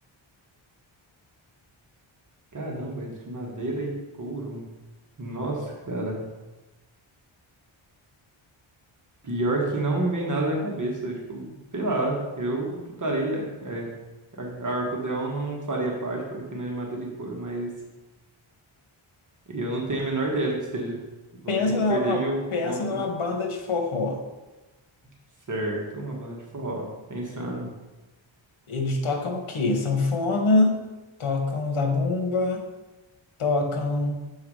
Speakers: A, on the right; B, on the left.
A: Caramba, é de madeira e couro. Nossa, cara. Pior que não me vem nada na cabeça. Tipo, sei lá, eu chutaria. É, a- a Arcodeon não faria parte porque não é de madeira e couro, mas eu não tenho a menor ideia do que seja. Vou
B: Pensa
A: ter que
B: numa,
A: perder meu
B: pensa
A: ponto
B: numa banda de forró.
A: certo. Uma banda de forró. Pensando.
B: Eles tocam o quê? Sanfona, tocam zabumba, tocam